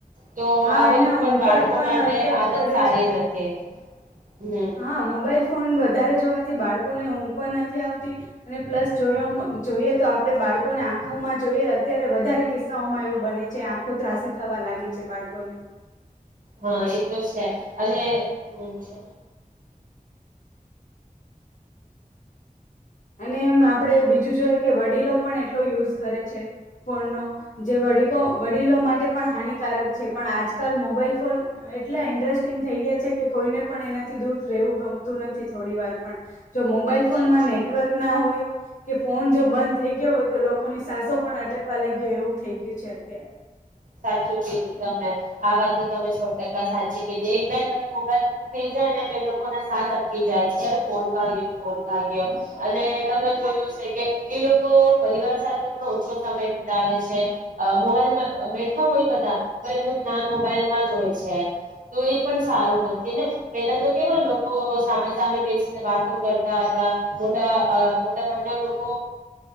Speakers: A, on the right (about 65°); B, on the left (about 65°).
A: તો
B: હા
A: આ બધું
B: એના
A: પણ
B: ઉપર
A: બાળકો
B: પણ
A: માટે
B: અસર
A: આદત
B: પડે
A: સારી
B: છે
A: નથી. હમ
B: હા મોબાઈલ ફોન વધારે જોવાથી બાળકોને હું ઉપ નથી આવતી અને પ્લસ જો જોઈએ તો આપણે બાળકોને આંખોમાં જોઈએ અત્યારે વધારે કિસ્સાઓમાં એવું બને છે આંખો ત્રાસી થવા લાગી છે બાળકોને
A: હા એતો જ છે અને હ બોલો
B: અને એમ આપડણે બીજું જોઈએ કે વડીલો પણ એટલો યુઝ કરે છે ફોનનો જેડી વડીલો માટે પણ હાનિકારક છે પણ આજકાલ મોબાઈલ ફોન એટલા ઇન્ટરેસ્ટિંગ થઈ ગયા છે કે કોઈને પણ એનાથી દૂર રહેવું ગમતું નથી થોડી વાર પણ જો મોબાઈલ ફોનમાંને
A: સાચું
B: હોય કે ફોન જો બંધ થઈ ગયો હોય તો લોકો લોકોની સાસો પણ અટકવા લાગયો એવું થઈ ગયું છે અત્યારે
A: સાચું કીધું તમે આ વાત તમે સો ટકા સાચી કે જે એક બે ઘરી મોબાઈલ દૂર થઈ જાય ને તે લોકો ના સાથ અટકી જાય છે ફોન કાયો ફોન કાયો અને તમે જોયું છે કે એ લોકો પરિવાર સાથે પણ ઓછો સમય વિતાવે છે મોબાઈલમાં હો બ એમ ધ્યાન મોબાઈલમાં જ હોય છે તો એ પણ સારું નથી ને પેલા તો કેવ લોકો સામે સામે બેસીને વાતો કર હતા મોટા મોટા ભાનના લોકો